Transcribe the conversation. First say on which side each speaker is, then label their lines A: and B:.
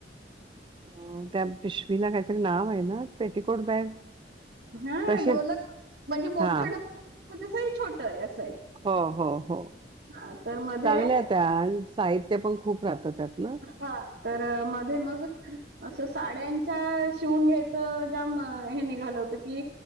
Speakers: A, on the right; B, on the right.
A: अं त्या पिशवीला काहीतरी नाव आहे ना? पेटिकोट बॅग
B: हं
A: तशीच
B: डोलक म्हणजे मोठा
A: हां.
B: डो तसंही छोटं आहे, असं आहे.
A: हो हो हो
B: हा तर मध्ये
A: चांगल्या त्या, साहित्य पण खूप राहत त्यात. ना?
B: हा तर मध्ये मग असं साड्यांच्या शिवून घ्यायचं ज्याम हे निघालं होतं की